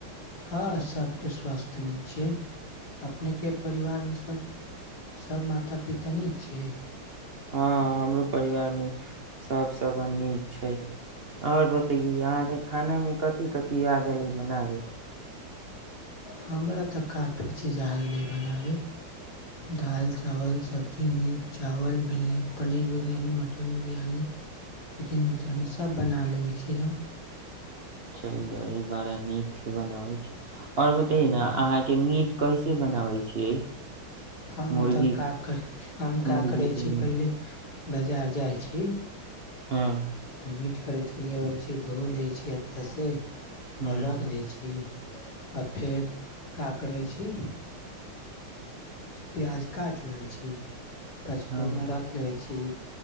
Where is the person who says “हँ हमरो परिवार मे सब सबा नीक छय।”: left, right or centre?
Right